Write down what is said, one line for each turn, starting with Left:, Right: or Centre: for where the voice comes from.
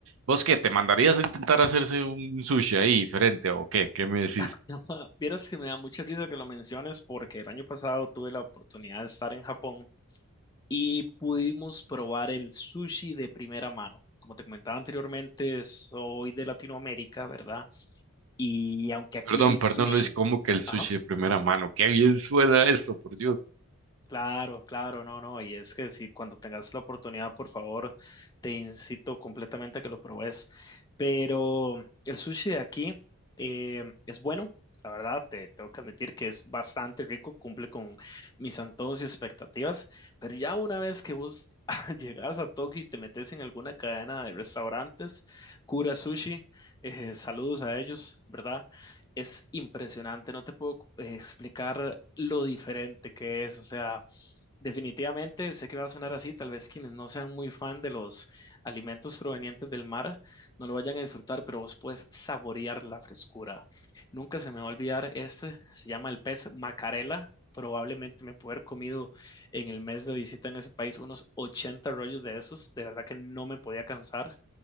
Right: ¿vos qué, te mandarías a intentar hacerse un sushi ahí diferente o qué? ¿Qué me decís?
Left: <laughs> Vieras que me da mucha risa que lo menciones porque el año pasado tuve la oportunidad de estar en Japón y pudimos probar el sushi de primera mano. Como te comentaba anteriormente, soy de Latinoamérica, ¿verdad? Y aunque aquí
Right: Perdón,
Left: hay
Right: perdón
Left: sushi,
Right: Luis, ¿cómo que el sushi
Left: ajá.
Right: de primera mano? Qué bien suena esto, por Dios.
Left: Claro, claro, no, no, y es que si cuando tengas la oportunidad, por favor, te incito completamente a que lo pruebes. Pero el sushi de aquí eh, es bueno, la verdad, te tengo que admitir que es bastante rico, cumple con mis antojos y expectativas, pero ya una vez que vos <laughs> llegas a Tokio y te metes en alguna cadena de restaurantes, Kura Sushi, eh, saludos a ellos, ¿verdad? Es impresionante, no te puedo eh, explicar lo diferente que es, o sea Definitivamente, sé que va a sonar así, tal vez quienes no sean muy fan de los alimentos provenientes del mar no lo vayan a disfrutar, pero vos puedes saborear la frescura. Nunca se me va a olvidar, este se llama el pez macarela, probablemente me pude haber comido en el mes de visita en ese país unos 80 rollos de esos, de verdad que no me podía cansar.